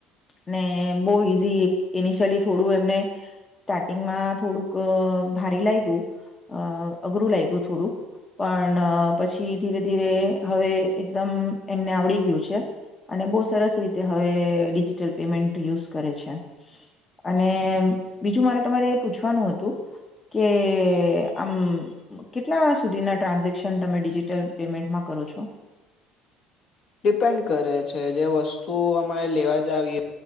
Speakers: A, on the left; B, on the left.
A: ને બહુ એસી ઇનિશ્યલી ત થોડું એમને સ્ટાર્ટિંગમાં થોડુંક ભારે લાગી ગયું, અઘરું લાગે ગયું થોડુંક, પણ પછી ધીરે ધીરે હવે એકદમ એમને આવડી ગયું છે અને બહુ સરસ રીતે હવે ડિજિટલ પેમેન્ટ યુઝ કરે છે. અને બીજું મારે તમારે એ પૂછવાનું હતું કે આમ કેટલા સુધીના ટ્રાન્ઝેક્શન તમે ડિજિટલ પેમેન્ટમાં કરો છો?
B: ડિપેન્ડ કરે છે, જે વસ્તુ અમારે લેવા જાવી.